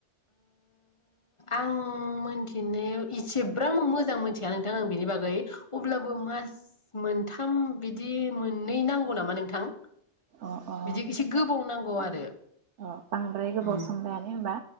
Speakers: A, on the left; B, on the right.
A: आं मिथिनायाव एसेब्रां मोजां मोनथिया नोंथां आं बिनि बागै अब्लाबो मास मोनथाम बिदि दि मोननै नांगौ नामा नोंथां
B: अ अ अ
A: बिदि एसे गोबाव नांगौ
B: बां
A: आरो
B: अ बांद्राय गोबाव
A: उम
B: समलायानो होनबा